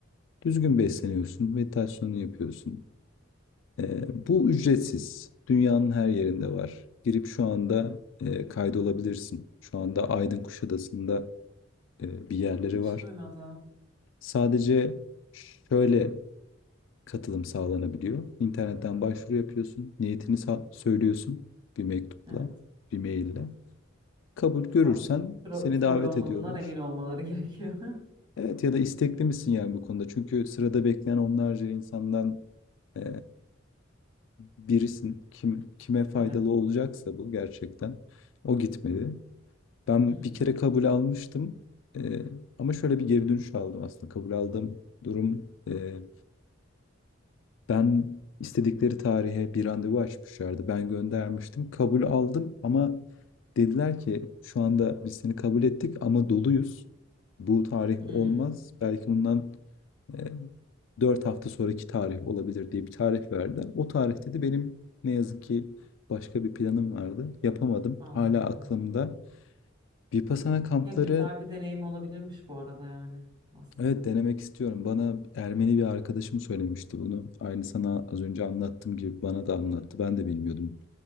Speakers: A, on the left (about 65°); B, on the right (about 25°).
A: Düzgün besleniyorsun, meditasyonu yapıyorsun. Ee, bu ücretsiz. Dünyanın her yerinde var. Girip şu anda e, kaydolabilirsin. Şu anda Aydın Kuşadası'nda e, bir yerleri
B: Hiç
A: var.
B: duymadım.
A: Sadece şöyle katılım sağlanabiliyor. İnternetten başvuru yapıyorsun. Niyetini sa- söylüyorsun bir mektupla,
B: Evet.
A: bir maille. Kabul görürsen
B: Anladım. Tro
A: seni
B: troll
A: davet
B: olmadığından
A: ediyorlar.
B: emin olmaları gerekiyor. <laughs>
A: Evet ya da istekli misin yani bu konuda? Çünkü sırada bekleyen onlarca insandan e, birisin kim kime faydalı
B: Evet.
A: olacaksa bu gerçekten o gitmedi. Ben
B: Hı hı.
A: bir kere kabul almıştım Ee, ama şöyle bir geri dönüş aldım aslında kabul aldığım durum e, ben istedikleri tarihe bir randevu açmışlardı. Ben göndermiştim. Kabul aldım ama dediler ki şu anda biz seni kabul ettik ama doluyuz. Bu tarih
B: Hmm,
A: olmaz. Belki bundan e, 4 hafta sonraki tarih olabilir diye bir tarih verdiler. O tarihte de benim ne yazık ki başka bir planım vardı. Yapamadım.
B: anladım.
A: Hala aklımda. Vipassana kampları
B: Ya güzel bir deneyim olabilirmiş bu arada yani aslında.
A: Evet denemek istiyorum. Bana Ermeni bir arkadaşım söylemişti bunu. Aynı sana az önce anlattığım gibi bana da anlattı. Ben de bilmiyordum